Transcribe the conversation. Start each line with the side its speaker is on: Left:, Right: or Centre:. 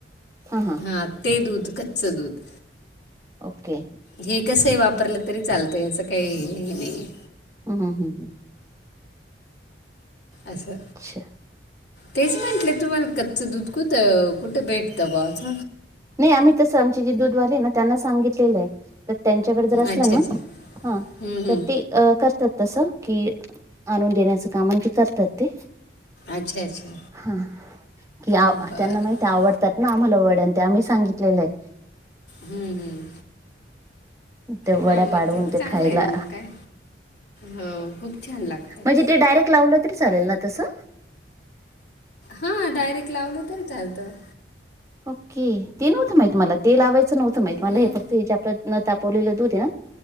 Right: हां हां
Left: हा ते दूध कच्चं दूध.
Right: ओके.
Left: हे कसंही वापरलं तरी चालतंय. याचं काही हे नाहीये.
Right: हम्म, हम्म हम्म हम्म.
Left: असं.
Right: अच्छा
Left: तेच म्हंटले तुम्हाला कच्च दूध कुथ कुठं भेटतं बॉ अछ?
Right: नाही आम्ही तसं आमचे जे दूधवाले ना त्यांना सांगितलेलंय. तर त्यांच्याकडे जर असलं
Left: अच्छा
Right: ना?
Left: अच्छा
Right: हा
Left: हं, हं.
Right: तर ते अ करतात तसं. की आणून देण्याचं काम म्हंजे करतात ते.
Left: अच्छा अच्छा
Right: हं कि आ
Left: बरं बरं
Right: त्यांना माहिती आवडतात ना, आम्हाला वड्यान मी सांगितलेलंय.
Left: हम्म हम्म.
Right: ते
Left: हा
Right: वड्या
Left: म
Right: पाडवून
Left: ते चांगलंय
Right: खायला
Left: ना म काय? हो खूप. छान लागतात
Right: म्हणजे ते डायरेक्ट लावलं तरी चालेल ना तसं?.
Left: हां डायरेक्ट लावलं तरी चालतं.
Right: ओक्के, ते नव्हतं माहित मला. ते लावायचं नव्हतं माहित. मला
Left: हं.
Right: हे फक्त हे जे आपलं न तापवलेलं दूध आहे ना.